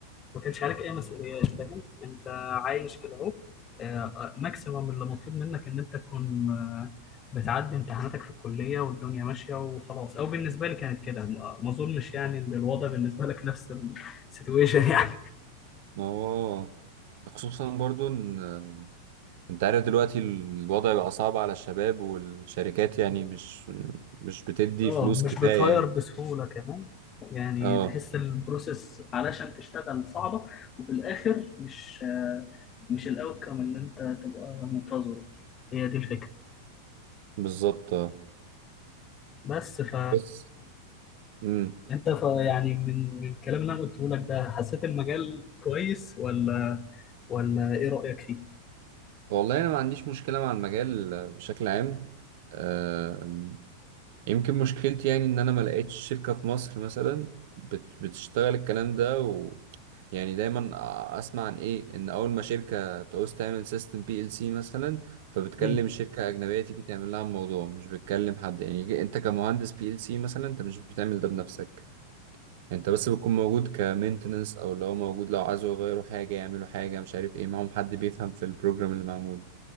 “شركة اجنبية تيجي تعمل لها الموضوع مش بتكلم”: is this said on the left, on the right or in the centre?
Right